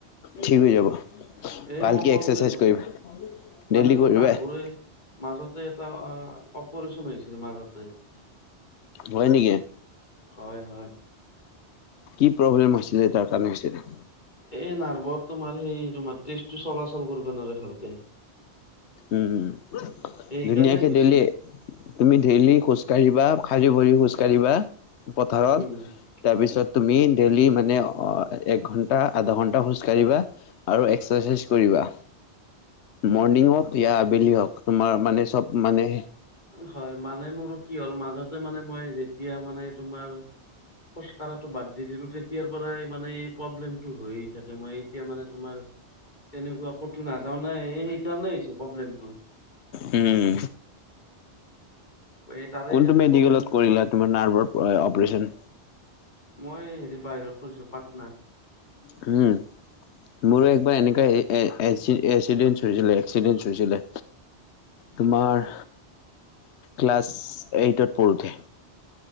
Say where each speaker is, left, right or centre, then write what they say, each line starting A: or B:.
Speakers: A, on the left (about 40°); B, on the left (about 75°).
A: উম
B: ঠিক হৈ যাব।
A: এই
B: ভালকৈ
A: মই ক'লো
B: এক্সাৰচাইজ
A: দেখোন
B: কৰিবা। ডেইলি
A: মানে মোৰ
B: কৰিবা
A: নাৰ্ভৰে মাজতে এটা অ' অপাৰেচন হৈছিল মাজতে।
B: হয় নেকি?
A: হয় হয়।
B: কি প্ৰব্লেম হৈছিলে, যাৰ কাৰণে হৈছিলে?
A: এই নাৰ্ভৰ তোমাৰ সেই তোমাৰ তেজটো চলাচল কৰিবা নোৱাৰে ভালকে।
B: উম।
A: এইকাৰণে
B: ধুনীয়াকৈ
A: হৈছিল
B: দেইলি তুমি ডেইলি খোজ কাঢ়িবা। খালি ভৰি খোজ কঢ়িবা পথাৰত।
A: উম
B: তাৰপিছত
A: হয়
B: তুমি ডেইলি মানে এক ঘণ্টা, আধা ঘণ্টা খোজ কাঢ়িবা আৰু এক্সাৰচাইজ কৰিবা। মৰ্নিং হওঁক বা আবেলি হওঁক। তোমাৰ মানে চব মানে
A: হয় মানে মোৰও কি হ'ল? মাজতে মানে মই যেতিয়া মানে তোমাৰ খোজ কাঢ়াটো বাদ দি দিলো তেতিয়াৰ পৰাই মানে এই প্ৰব্লেমটো হৈয়ে থাকে। মই এতিয়া মানে তোমাৰ তেনেকুৱা। ক'তো নাযাওঁ না, এই সেইকাৰণে হৈছে প্ৰব্লেমটো।
B: উম।
A: এই তাৰে
B: কোনটো
A: কাৰণে
B: মেডিকেলত
A: প্ৰব্লেমটো হৈছে।
B: কৰিলা তোমাৰ নাৰ্ভৰ অপাৰচন।
A: মই হেৰি বাহিৰত কৰিছো পাটন।
B: হম। মোৰো একবাৰ এনেকুৱা <unintelligible> হৈছিলে এক্সিডেন্ হৈছিলে। তোমাৰ ক্লাছ এইটত পঢ়োতে।